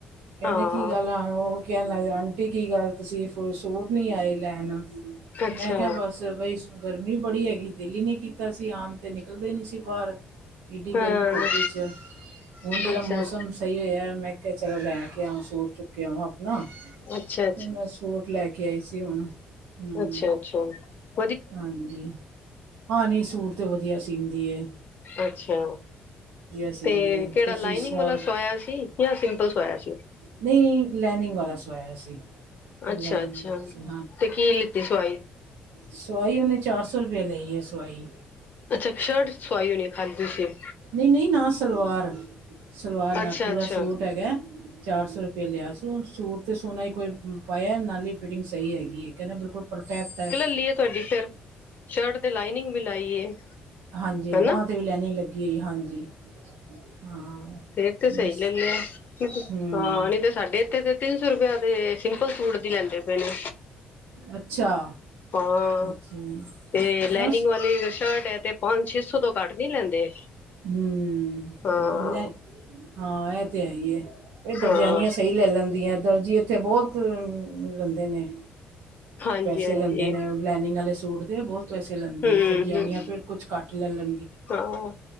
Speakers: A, on the right; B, on the left.
A: ਕਹਿੰਦੇ
B: ਹਾਂ
A: ਕੀ ਗੱਲ ਆ ਆਣ ਉਹ। ਕਹਿਣ ਲੱਗ ਆਂਟੀ ਕੀ ਗੱਲ ਤੁਸੀਂ ਸੂਟ ਨੀ ਆਏ ਲੈਣ,
B: ਅੱਛਾ
A: ਮੈਂ ਕਿਹਾ ਬਸ। ਬਈ ਗਰਮੀ ਬੜੀ ਹੈਗੀ ਦਿੱਲ ਨੇ ਕੀਤਾ ਸੀ ਆਉਣ ਤੇ, ਨਿਕਲਦੇ ਨੀ ਸੀ ਬਾਹਰ। ਏਡੀ
B: ਹਾਂ
A: ਗਰਮੀ ਧੁੱਪ 'ਚ। ਹੁਣ ਜਿਹੜਾ
B: ਅੱਛਾ
A: ਮੌਸਮ
B: ਅੱਛਾ
A: ਸਹੀ ਹੋਇਆ ਹਾਂ। ਮੈਂ ਕਿਹਾ ਚਲੋ ਲੈ ਕੇ ਆ ਸੂਟ ਚੁੱਕ ਕੇ ਆਵਾਂ ਆਪਣਾ,
B: ਅੱਛਾ
A: ਤੇ ਮੈਂ ਸੂਟ ਲੈ ਕੇ ਆਈ ਸੀ ਹੁਣ। ਹਮ
B: ਅੱਛਾ-ਅੱਛਾ।
A: ਹਾਂਜੀ ਹਾਂ ਨਹੀਂ ਸੂਟ ਤਾਂ ਵਧੀਆ ਸਿਦੀ ਐ।
B: ਅੱਛਾ
A: ਸੀਂਦੀ
B: ਤੇ
A: ਏ
B: ਕਿਹੜਾ,
A: ਤੁਸੀਂ
B: ਲਾਈਨਿੰਗ
A: ਸਵਾ
B: ਵਾਲਾ ਸਵਾਇਆ ਸੀ। ਜਾਂ ਸਿੰਪਲ ਸਿਵਾਇਆ ਸੀ।
A: ਨਹੀ ਲੈਨਿੰਗ ਵਾਲਾ ਸਵਾਇਆ ਸੀ।
B: ਅੱਛਾ-
A: ਲੈਨਿੰਗ
B: ਅੱਛਾ
A: ਵਾਲਾ ਸੀ
B: ਤੇ ਕੀ ਲਿੱਤੀ ਸਿਵਾਈ?
A: ਸੁਵਾਈ ਉਹਨੇ ਚਾਰ ਸੌ ਰੁਪਏ ਲਈ ਹੈ, ਸੁਆਈ।
B: ਅੱਛਾ ਇਕ ਸ਼ਰਟ ਸੁਵਾਈੂ ਹੋਣੀ ਏ ਖਾਲੀ ਤੁਸੀ।
A: ਨਹੀਂ- ਨਹੀਂ ਨਾਲ ਸਲਵਾਰ, ਸਲਵਾਰ ਨਾਲ
B: ਅੱਛਾ
A: ਪੂਰਾ
B: ਅੱਛਾ
A: ਸੂਟ ਹੈਗਾ ਹੈ। ਚਾਰ ਸੌ ਰੁਪਇਆ ਲਿਆ ਸੀ ਸੂਟ ਤੇ ਸੋਨਾ ਹੀ ਕੋਈ ਪਾਇਆ ਨਾਲ ਈ ਫਿਟਿੰਗ ਸਹੀ ਹੈਗੀ ਐ ਕਹਿੰਦਾ ਬਿਲਕੁਲ ਪਰਫੈਕਟ ਐ।
B: ਇਸ ਲਈ ਤੁਹਾਡੀ ਫੇਰ ਸ਼ਰਟ ਤੇ ਲਾਈਨਿੰੰਗ ਵੀ ਲਾਈ ਏ।
A: ਹਾਂਜੀ
B: ਹਨਾ
A: ਬਾਂਹ ਤੇ ਵੀ ਲਾਈਨਿੰੰਗ ਲੱਗੀ ਹੋਈ ਹਾਂਜੀ ਹਾਂ।
B: ਫਿਰ ਤੇ ਸਹੀ
A: ਨਹੀਂ
B: ਲੈ ਲਿਆ
A: ਹੂੰ
B: ਹਾਂ ਨੀ ਤੇ ਸਾਡੇ ਇੱਥੇ ਤੇ ਤਿੰਨ ਸੌ ਰੁਪਇਆ ਤੇ ਸਿੰਪਲ ਸੂਟ ਦੀ ਲੈਂਦੇ ਪਏ ਨੇ।
A: ਅੱਛਾ।
B: ਹਾਂ,
A: ਅੱਛਾ
B: ਤੇ ਲਾਈਨਿੰੰਗ
A: ਬਸ
B: ਵਾਲੀ ਸ਼ਰਟ ਐ ਤੇ ਪੰਜ ਛੇ ਸੌ ਤੋਂ ਘੱਟ ਨੀ ਲੈਂਦੇ।
A: ਹੂੰ,
B: ਹਾਂ
A: ਲੈ ਹਾਂ ਇਹ ਤੇ ਹੈਈ ਐ। ਏ ਦਰਜੈਨੀਆਂ
B: ਹਾਂ
A: ਸਹੀ ਲੈ ਲੈਂਦੀਆਂ ਦਰਜੀ ਉੱਥੇ ਬਹੁਤ ਲੈਂਦੇ ਨੇ
B: ਹਾਂਜੀ
A: ਪੈਸੇ
B: ਹਾਂਜੀ
A: ਲੈਂਦੇ ਨੇ। ਲੈਨਿੰੰਗ ਆਲੇ ਸੂਟ ਦੇ ਬਹੁਤ ਪੈਸੇ ਲੈਂਦੇ
B: ਹਮ
A: ਨੇ ਦਰਜੈਨੀਆਂ
B: ਹਮ
A: ਫਿਰ ਕੁਛ ਘੱਟ ਲੈ ਲੈਂ
B: ਹਾਂ,